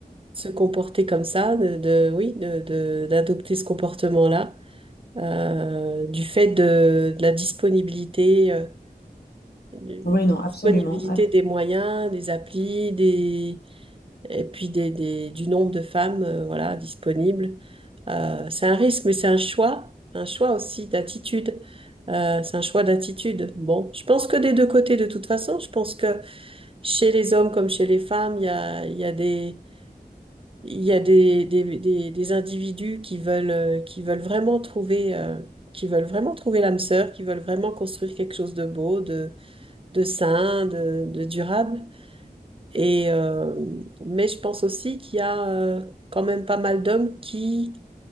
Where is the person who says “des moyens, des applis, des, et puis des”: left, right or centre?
Right